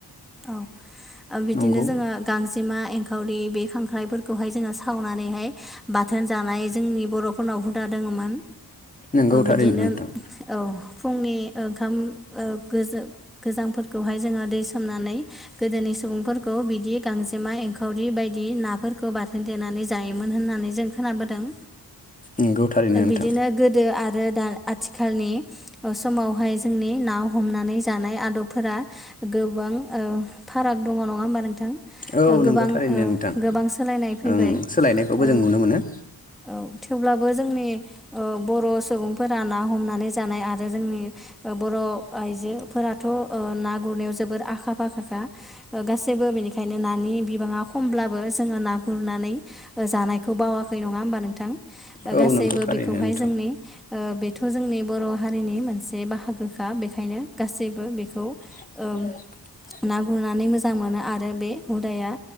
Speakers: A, in the centre; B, on the left.
A: औ बिदिनो
B: नंगौ
A: जोङो गांजेमा एंखावरि बे खांख्राइफोरखौहाय जोङो साव नानैहाय बाथोन जानाय जोंनि बर'फोरनाव हुदा दङमोन।
B: नंगौ
A: बिदिनो
B: थारैनो नोंथां
A: औ फुंनि ओंखाम ओ गोजांफोरखौहाय जोङो दै सोमनानै गोदोनि सुबुंफोरखौ बिदि गांजेमा एंखावरि बायदि नाफोरखौ बारसोनदेना नै जायोमोन होननानै जों खोनाबोदों।
B: नंगौ थारैनो नोंथां।
A: बिदिनो गोदो आरो दा आथिखालनि अ समाव बेहाय जोंनि ना हमनानै जानाय आदबफोरा गोबां ओ फाराग दङ नङा होमबा नोंथां ओ
B: औ नंगौ
A: गोबां
B: थारैनो
A: ओ
B: नोंथां
A: गोबां सोलायनाय फैबाय
B: ओं सोलायनायखौबो
A: ओ
B: जों नुनो मोनो।
A: औ थेवब्ला बो जोंनि बर' सुबुंफोरा ना हमनानै जानाय आरो जोंनि बर' आयजोफोराथ' ओ ना गुरनायाव जोबोर आखा फाखाखा गासैबो बेनिखायनो नानि बिबाङा खमब्लाबो जोङो ना गुरना नै जानायखौ बावाखै नङा होमबा नों थां
B: औ
A: गासैबो
B: नंगौ थारैनो
A: बेखौहाय
B: नोंथां
A: जोंनि ओ बेथ' जोंनि बर' हारिनि मोनसे बाहागोखा बेखायनो गासैबो बेखौ
B: म
A: ओ ना गुरनानै मोजां मोनो आरो बे हुदाया